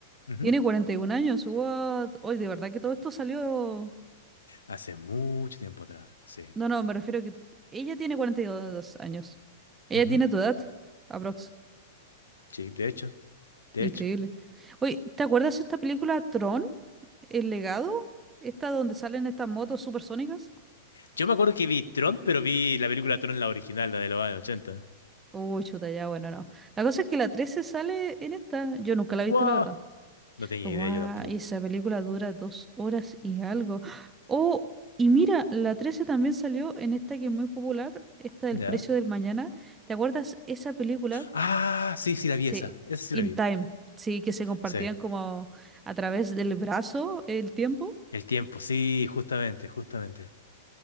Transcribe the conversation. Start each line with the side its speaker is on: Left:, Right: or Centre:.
Left: Ujú.
Right: tiene 41 años. ¡What! Hoy, de verdad que todo esto salió.
Left: Hace mucho tiempo atrás, sí.
Right: No, no, me refiero a que ella tiene 42 años. Ella
Left: Ujú.
Right: tiene tu edad, aprox.
Left: Sí, de hecho, de
Right: Increíble.
Left: hecho.
Right: Oye, ¿te acuerdas de esta película Tron? ¿El legado? Esta donde salen estas motos supersónicas.
Left: Yo me acuerdo que vi Tron, pero vi la película Tron, la original, la de los años ochenta
Right: Uy, chuta, ya, bueno, no. La cosa es que la 13 sale en esta. Yo nunca la he
Left: Wow.
Right: visto, la verdad.
Left: No tenía
Right: Guau,
Left: idea yo tampoco.
Right: esa película dura dos horas y algo. Oh, y mira, la 13 también salió en esta que es muy popular, esta del
Left: ¿Ya?
Right: precio del mañana. ¿Te acuerdas esa película?
Left: Ah, sí, sí la vi
Right: Sí,
Left: esa. Esa sí
Right: In
Left: la vi.
Right: Time. Sí, que se compartían
Left: Sí.
Right: como a través del brazo el tiempo.
Left: El tiempo, sí, justamente, justamente.